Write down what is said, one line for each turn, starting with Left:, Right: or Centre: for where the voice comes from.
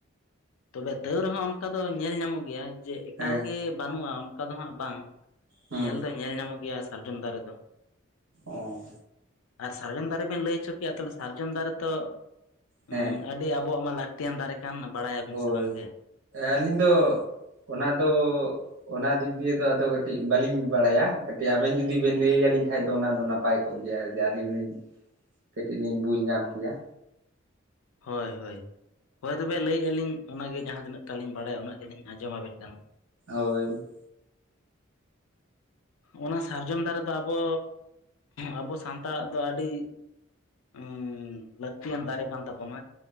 Left: ᱛᱚᱵᱮ ᱛᱟᱹᱣ ᱚᱱᱠᱟ ᱫᱚ ᱧᱮᱞ ᱧᱟᱢᱚᱜ ᱜᱮᱭᱟ ᱡᱮ ᱮᱠᱟᱞᱜᱮ
Right: ᱦᱮᱸ
Left: ᱵᱟᱹᱱᱩᱜᱼᱟ ᱚᱱᱠᱟ ᱫᱚ ᱦᱟᱸᱜ ᱵᱟᱝ
Right: ᱦᱩᱸ
Left: ᱧᱮᱞ ᱛᱮᱜ ᱧᱮᱞ ᱧᱟᱢᱚᱜ ᱜᱮᱭᱟ ᱥᱟᱨᱡᱚᱢ ᱫᱟᱨᱮ ᱫᱚ
Right: ᱚᱸ
Left: ᱟᱨ ᱥᱟᱨᱡᱚᱢ ᱫᱟᱨᱮ ᱵᱮᱱ ᱞᱟᱹᱭ ᱦᱚᱪᱚ ᱠᱮᱭᱟ ᱛᱟᱦᱞᱮ ᱥᱟᱨᱡᱚᱢ ᱫᱟᱨᱮ ᱛᱚ
Right: ᱦᱮᱸ
Left: ᱩᱸᱜ ᱟᱹᱰᱤ ᱟᱵᱚᱣᱟᱜ ᱢᱟ ᱞᱟᱹᱠᱛᱤᱭᱟᱱ ᱫᱟᱨᱮ ᱠᱟᱱ ᱵᱟᱲᱟᱭᱟᱵᱤᱱ
Right: ᱦᱚᱭ
Left: ᱥᱮ ᱵᱟᱝᱜᱮ
Right: ᱟᱹᱞᱤᱧ ᱫᱚ ᱚᱱᱟ ᱫᱚ ᱚᱱᱟ ᱫᱤᱠ ᱫᱤᱭᱮ ᱫᱚ ᱟᱫᱚ ᱠᱟᱹᱴᱤᱡ ᱵᱟᱹᱞᱤᱧ ᱵᱟᱲᱟᱭᱟ ᱠᱟᱹᱴᱤᱡ ᱟᱵᱮᱱ ᱡᱩᱫᱤ ᱵᱮᱱ ᱞᱟᱹᱭ ᱟᱹᱞᱤᱧ ᱠᱷᱟᱱ ᱫᱚ ᱚᱱᱟ ᱫᱚ ᱱᱟᱯᱟᱭ ᱠᱚᱜ ᱠᱚᱜ ᱜᱮᱭᱟ ᱡᱟ ᱟᱹᱞᱤᱧ ᱠᱟᱹᱴᱤᱡ ᱞᱤᱧ ᱵᱩᱡᱽ ᱧᱟᱢ ᱠᱮᱭᱟ
Left: ᱦᱳᱭ ᱦᱳᱭ ᱦᱳᱭ ᱛᱚᱵᱮ ᱞᱟᱹᱭ ᱟᱞᱤᱧ ᱚᱱᱟ ᱜᱮ ᱡᱟᱦᱟᱸ ᱛᱤᱱᱟᱹᱜ ᱴᱟᱜ ᱞᱤᱧ ᱵᱟᱲᱟᱭᱟ ᱩᱱᱟᱹᱜ ᱜᱮᱞᱤᱧ ᱟᱸᱡᱚᱢ ᱟᱵᱮᱱ ᱠᱟᱱᱟ
Right: ᱦᱳᱭ
Left: ᱚᱱᱟ ᱥᱟᱨᱡᱚᱢ ᱫᱟᱨᱮ ᱫᱚ ᱟᱵᱚ ᱟᱵᱚ ᱥᱟᱱᱛᱟᱲᱟᱜ ᱫᱚ ᱟᱹᱰᱤ ᱩᱸ ᱞᱟᱹᱠᱛᱤᱭᱟᱱ ᱫᱟᱨᱮ ᱠᱟᱱ ᱛᱟᱵᱚᱱᱟ